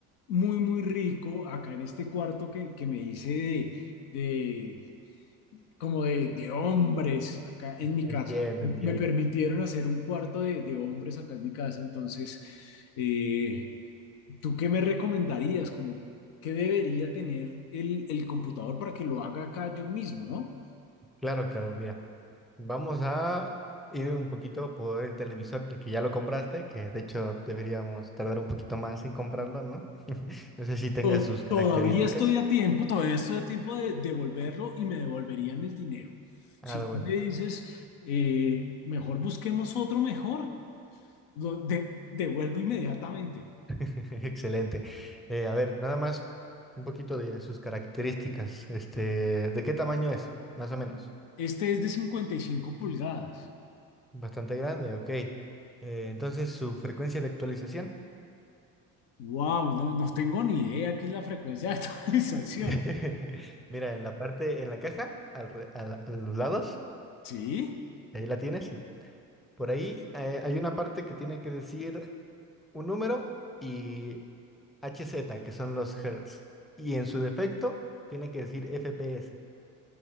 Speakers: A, on the left (about 70°); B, in the centre.
A: muy, muy rico acá en este cuarto que, que me hice de... de como de, de hombres acá en mi
B: Entiendo,
A: casa. Me
B: entiendo.
A: permitieron hacer un cuarto de, de hombres acá en mi casa, entonces, eh, ¿tú qué me recomendarías? Como, ¿qué debería tener el, el computador para que lo haga acá yo mismo, no?
B: Claro, claro, mira, vamos a ir un poquito por el televisor, de que ya lo compraste, que de hecho deberíamos tardar un poquito más en comprarlo, ¿no? No sé si tenga
A: To-
B: sus características.
A: todavía estoy a tiempo, todavía estoy a tiempo de devolverlo y me devolverían el dinero.
B: Ah,
A: Si tú
B: bueno,
A: me dices, eh, mejor busquemos otro mejor, lo de- devuelvo inmediatamente.
B: <laughs> excelente. Eh, a ver, nada más un poquito de sus características. Este, ¿de qué tamaño es, más o menos?
A: Este es de 55 pulgadas.
B: Bastante grande, ok. Eh, entonces, su frecuencia de actualización.
A: Wow, no, no tengo ni idea qué es la frecuencia de <laughs> actualización.
B: <laughs> Mira, en la parte, en la caja, al re- a la- a los lados,
A: Sí,
B: ahí la tienes y por ahí eh, hay una parte que tiene que decir un número y HZ, que son los hertz. Y en su defecto, tiene que decir FPS.